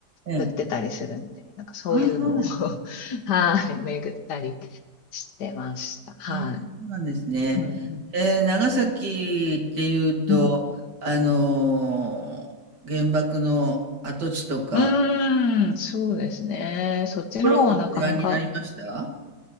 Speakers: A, on the right (about 80°); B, on the left (about 80°).
A: ええ。
B: 売ってたりするんで、なんかそういうのを
A: ああ、そうなんです。
B: <laughs> はい、巡ったりしてました。はい。
A: ああ、そうなんですね。
B: うん、うん。
A: えー、長崎っていうと、
B: うん、
A: あのー原爆の跡地とか、
B: うーん、そうですね。そっちの方がなかなか、
A: ところもご覧になりました